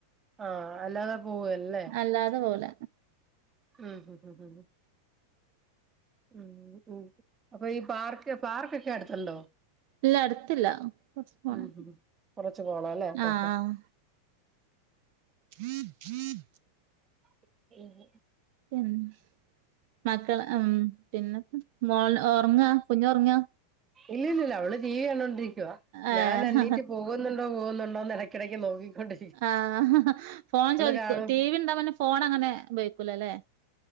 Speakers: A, on the right; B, on the right.
A: ആ അല്ലാതെ പോവേലല്ലേ
B: അല്ലാതെ പോവൂല
A: മം മം മം മം ഉം ഉം അപ്പ ഈ പാർക്ക് പാർക്കൊക്കെ അടുത്തൊ ണ്ടോ
B: ഇല്ല അടുത്തില്ല കൊറച്ച് പോണം
A: ഉം ഉം കൊറച്ച് പോണം അല്ലേ അപ്പം
B: ആഹ് <inaudible>
A: <inaudible>
B: <unintelligible> മക്കൾ ഉം പിന്ന മോള് ഒറങ്ങാ കുഞ്ഞു ഒറങ്ങാ
A: ഇല്ല ഇല്ലില്ല അവള് ടീവീ കണ്ടൊണ്ടിരിക്കുക
B: ഏഹ്
A: ഞാൻ എണീറ്റ് പോകുന്നുണ്ടോ പോകുന്നുണ്ടോന്ന് ഇടയ്ക്കിടയ്ക്ക് നോക്കിക്കൊണ്ട്
B: ആ ആങ്‌ഹ ഹ ഫോൺ ചോദിക്കൊ
A: കാണും
B: ടി വി ഉണ്ടാന്നെ ഫോൺ അങ്ങനെ ഉപയോഗിക്കൂല അല്ലേ